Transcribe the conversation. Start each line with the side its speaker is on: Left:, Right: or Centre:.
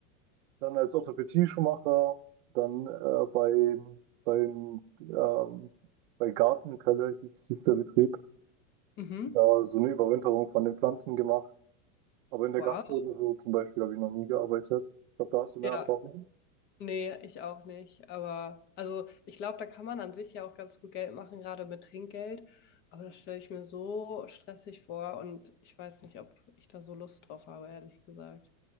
Right: Dann als Orthopädie-Schuhmacher, dann äh, bei, beim, ähm, bei Gartenpelle hieß, hieß der Betrieb,
Left: Mhm.
Right: da so eine Überwinterung von den Pflanzen gemacht. Aber in der
Left: Wow.
Right: Gastro so zum Beispiel habe ich noch nie gearbeitet. Ich glaube, da hast du mehr
Left: Ja.
Right: Erfahrung.
Left: Nee, ich auch nicht. Aber also ich glaube, da kann man an sich ja auch ganz gut Geld machen, gerade mit Trinkgeld. Aber das stelle ich mir so stressig vor und ich weiß nicht, ob ich da so Lust drauf habe, ehrlich gesagt.